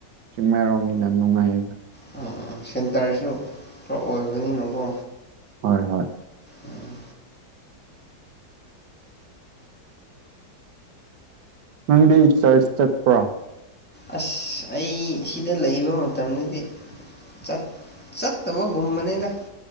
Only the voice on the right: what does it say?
ꯆꯤꯡꯃꯩꯔꯣꯡꯒꯤꯅ ꯅꯨꯡꯉꯥꯏꯌꯦꯕ
ꯍꯣꯏ ꯍꯣꯏ
ꯅꯪꯗꯤ ꯆꯔꯆ ꯆꯠꯄ꯭ꯔꯣ